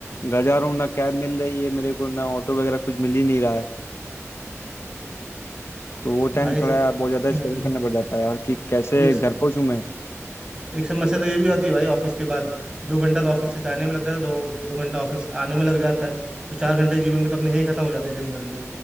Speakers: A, on the left; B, on the right.
A: घर जा रहा हूँ ना कैब मिल रही है मेरे को ना ऑटो वगैरह कुछ मिल ही नहीं रहा है तो वो टाइम
B: भाई सबसे
A: थोड़ा बहुत ज़्यादा
B: हम्म,
A: स्ट्रगल करना पड़ जाता है यार कि कैसे
B: एक
A: घर पहुंचूं मैं
B: एक समस्या तो ये भी आती है भाई ऑफिस के बाद दो घंटा तो ऑफिस से जाने में लग जाता है दो दो घंटा ऑफिस आने में लग जाता है तो चार घंटे जीवन के तो अपने यही खत्म हो जाते हैं दिन भर के